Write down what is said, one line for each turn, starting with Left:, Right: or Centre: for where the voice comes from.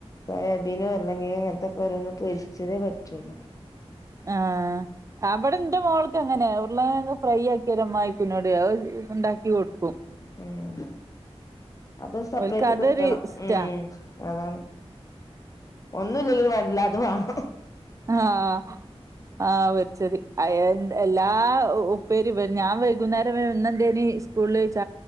Left: സോയാബീനൊ ഉര്ളകിഴങ്ങ് ങ്ങനത്തെക്കെ ഓരോന്ന് പൊരിച്ചതേ പറ്റുള്ളൂ
Right: ആ അവിടെന്റെ മോൾക്ക് അങ്ങനെയ മ്മള് ഫ്രൈ ആക്കി അരമണിക്കൂറിനോട് ഉണ്ടാക്കി കൊടുക്കും
Left: ഉം അത് സെപ്പറേറ്റ്
Right: ഓൽക്ക് അതൊരു
Left: കിട്ടണം
Right: ഇഷ്ടാ
Left: ഉം അതാണ് ഒന്നുംല്ലെങ്കിലും വേണ്ടില്ലാ അത് വാണം
Right: ആഹ് ആ വച്ചരി അയേൺ എല്ലാ ഉപ്പേരിം വൻ ഞാൻ വൈകുന്നേരം ന്ന്ന്തേനി സ്കൂളി ചോയ്ച്ച